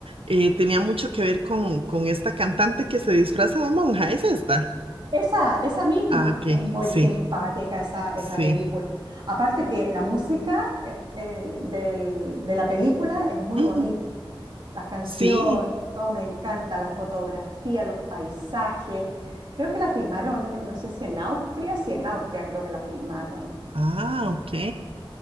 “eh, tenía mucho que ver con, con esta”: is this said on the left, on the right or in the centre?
Right